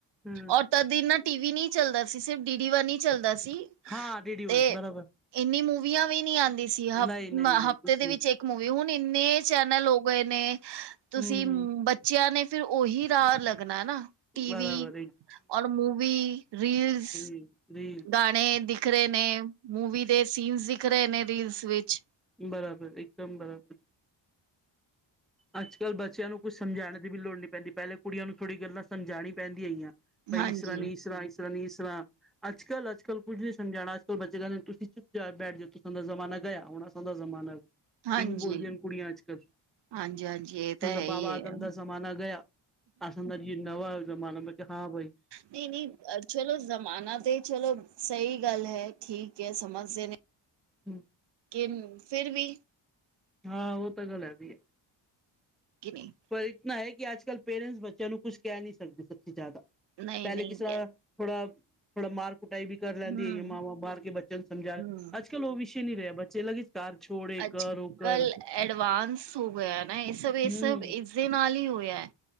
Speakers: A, in the centre; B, on the right (about 60°).
A: ਹੂੰ
B: ਔਰ ਤਦ ਇਨਾ ਟੀ -ਵੀ ਨੀ ਚੱਲਦਾ ਸੀ, ਸਿਰਫ ਡੀ ਡੀ ਵਨ ਈ ਚੱਲਦਾ ਸੀ।
A: ਹਾਂ ਡੀਡੀ ਵਨ
B: ਤੇ
A: ਬਰਾਬਰ
B: ਇੰਨੀ ਮੂਵੀਆਂ ਵੀ ਨ ਆਂਦੀ ਸੀ ਹ
A: ਨਹੀਂ ਨਹੀਂ ਨਹੀਂ
B: ਹਫ਼ਤੇ
A: ਕੁਛ
B: ਦੇ
A: ਨਹੀਂ
B: ਵਿੱਚ ਇੱਕ ਮੂਵੀ ਹੁਣ ਇੰਨੇ ਚੈਨਲ ਹੋ ਗਏ ਨੇ ਤੁਸੀਂ
A: ਹੂੰ
B: ਬੱਚਿਆਂ ਨੇ ਫਿਰ ਉਹੀ ਰਾਹ ਲੱਗਾ ਲੱ ਹੈ ਨਾ ਟੀਵੀ
A: ਬਰਾਬਰ
B: ਔਰ ਮੂਵੀ, ਰੀਲਸ
A: ਨਹੀਂ
B: ਗਾਣੇ ਦਿਖ ਰਹੇ ਨੇ, ਮੂਵੀ ਦੇ ਸੀਨਸ ਦਿਖ ਰਹੇ ਨੇ ਰੀਲਸ ਵਿੱਚ
A: ਬਰਾਬਰ ਇੱਕਦਮ ਬਰਾਬਰ ਅੱਜ- ਕੱਲ੍ਹ ਬੱਚਿਆਂ ਨੂੰ ਕੁੱਛ ਸਮਝਾਉਣ ਦੀ ਵੀ ਲੋੜ ਨਹੀਂ ਪੈਂਦੀ, ਪਹਿਲੇ ਕੁੜੀਆਂ ਨੂੰ ਥੋੜ੍ਹੀ ਗੱਲਾਂ ਸਮਝਾਣੀ ਪੈਂਦੀਆਂ ਹੈਈਆਂ। ਭਈ
B: ਹਾਂਜੀ
A: ਇਸਈਸਰਾ ਨੀ ਇਸਸਰਾ, ਇਸ ਤਰਾ ਨੀ ਇਸ ਤਰਾ ਅੱਜ -ਕੱਲ, ਅੱਜ -ਕੱਲ ਕੁੱਝ ਨਹੀਂ ਸਮਝਣਾ ਅਜ-ਕੱਲ ਬੱਚੇ ਕਿੰਦੇ ਤੁਸੀਂ ਚੁਪ ਜਾ ਬੈਠ ਜਾ ਤੁਂ ਦਾ ਜਮਾਨਾ ਗਿਆ ਹੁਣ ਦਾ ਜ਼ਮਾਨਾ
B: ਹਾਂਜੀ,
A: ਇੰਝ ਬੋਲਦੀਆਂ ਨੇ ਕੁੜੀਆਂ ਅੱਜ ਕੱਲ੍ਹ
B: ਹਾਂਜੀ ਹਾਂਜੀ ਇਹ ਤਾਂ ਹੈ
A: ਦਾ ਬਾਬਾ
B: ਹੀ
A: ਆਦਮ
B: ਹੈ
A: ਦਾਸ ਜਮਾਨ ਗਿਆ, ਆਸਮਦਾਸ ਜੀ ਨਵ ਜਮਾਨ ਮੈਂ ਕਿ ਹਾਂ ਭਾਈ
B: ਨਈ-ਨਈ ਚਲੋ ਜ਼ਮਾਨਾ ਤੇ ਚਲੋ ਸਹੀ ਗੱਲ ਹੈ, ਠੀਕ ਐ ਸਮਝਦੇ ਨੇ
A: ਹਮ
B: ਕਿ ਫਿਰ ਵੀ
A: ਹਾਂ ਉਹ ਤਾਂ ਗੱਲ ਹੈ ਵੀ ਐ।
B: ਕਿਵੇਂ
A: ਪਰ ਇਤਨਾ ਐ ਕਿ ਅੱਜ-ਕੱਲ੍ਹ ਪੇਰੈਂਟਸ ਬੱਚਿਆਂ ਨੂੰ ਕੁਛ ਕਹਿ ਨਹੀਂ ਸਕਦੇ ਸਭਸੀ ਜ਼ਿਆਦਾ,
B: ਨਹੀਂ
A: ਪਹਿਲੇ
B: ਨਹੀਂ
A: ਕਿਸ ਤਰ੍ਹਾਂ
B: ਕ
A: ਥੋੜਾ, ਥੋੜਾ ਮਾਰਕ ਉਟਾਈ ਵੀ ਕਰ ਲੈਂਦੀ
B: ਹਮ
A: ਐ ਮਾਂਵਾਂ ਮਾਰ ਕੇ ਬੱਚਿਆਂ ਨੂੰ ਸਮਝਾ,
B: ਹਮ
A: ਅੱਜ- ਕੱਲ੍ਹ ਉਹ ਵਿਸ਼ੇ ਨੀ ਰਿਹਾ ਬੱਚੇ ਲੱਗੇ ਘਰ ਛੋੜੇ
B: ਅੱਜ
A: ਕਰ
B: ਕੱਲ
A: ਕਰ
B: ਐਡਵਾਂਸ ਹੋ ਗਿਆ ਨਾ ਇਹ ਸਭ ਇਹ
A: ਹਮ
B: ਸਭ ਦੇ ਨਾਲ ਈ ਹੋਇਆ